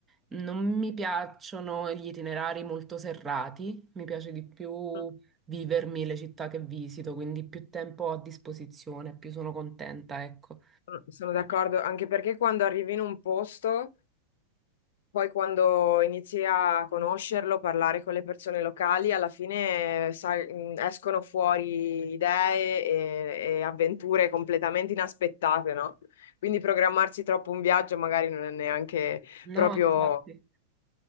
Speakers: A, on the right; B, on the left.
A: non mi piacciono gli itinerari molto serrati, mi piace di più
B: sono
A: vivermi le città che visito, quindi più tempo ho a disposizione, più sono contenta, ecco.
B: sono d'accordo, anche perché quando arrivi in un posto Poi quando inizi a conoscerlo, parlare con le persone locali, alla fine sai, mh, escono fuori idee e, e avventure completamente inaspettate, no? Quindi programmarsi troppo un viaggio magari non è neanche
A: No,
B: proprio
A: infatti.